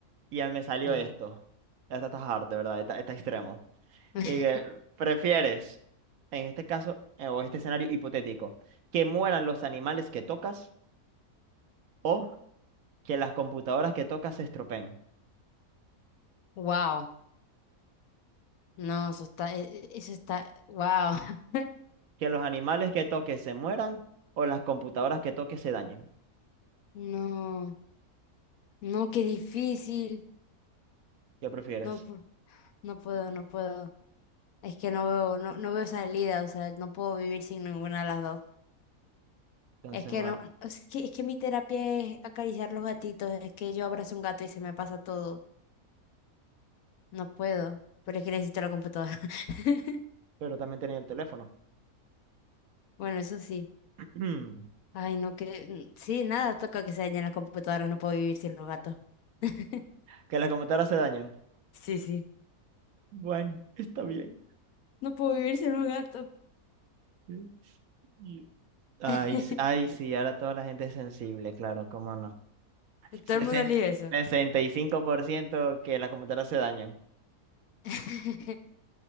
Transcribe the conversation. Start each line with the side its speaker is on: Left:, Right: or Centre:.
Right: y ya me salió
Left: Ujú.
Right: esto. Esta está hard, de verdad, está, está extremo.
Left: <laughs>
Right: Y que, ¿prefieres, en este caso, eh, o este escenario hipotético, que mueran los animales que tocas o que las computadoras que tocas se estropeen?
Left: Wow. No, eso está... e- e- Eso está... Wow. <laughs>
Right: ¿Que los animales que toques se mueran o las computadoras que toques se dañen?
Left: No. No, qué difícil.
Right: ¿Qué prefieres?
Left: No, pu- no puedo, no puedo. Es que no veo, no, no veo salida, o sea, no puedo vivir sin ninguna de las dos.
Right: Entonces,
Left: Es que
Right: bueno,
Left: no, es que, es que mi terapia es acariciar los gatitos, es que yo abrazo un gato y se me pasa todo. No puedo, pero es que necesito la computadora. <laughs>
Right: pero también tenía el teléfono.
Left: Bueno, eso sí.
Right: <clears throat>
Left: Ay, no que... Sí, nada, toca que se dañen las computadoras, no puedo vivir sin los gatos. <laughs>
Right: ¿Que las computadoras se dañen?
Left: Sí, sí.
Right: Bueno, está bien.
Left: No puedo vivir sin los gatos.
Right: Sí. Y- Ay,
Left: <laughs>
Right: sí- ay, sí, ahora toda la gente es sensible, claro, cómo no. Sesen-
Left: Todo el mundo elige eso.
Right: 65% que las computadoras se dañan.
Left: <laughs>